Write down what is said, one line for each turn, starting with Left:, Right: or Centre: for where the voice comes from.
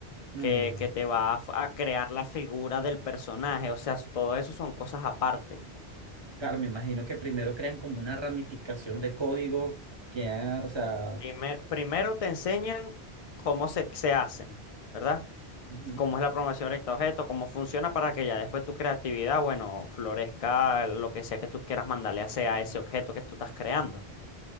Right: Mm,
Left: que, que te va a, f- a crear la figura del personaje, o sea, s- todo eso son cosas aparte.
Right: claro, me imagino que primero crean como una ramificación de código que, ah, o sea,
Left: Primer- primero te enseñan cómo se, se hacen, ¿verdad?
Right: ujú,
Left: Cómo es la programación recta objeto, cómo funciona para que ya después tu creatividad, bueno, florezca lo que sea que tú quieras mandarle hacia a ese objeto que tú estás creando,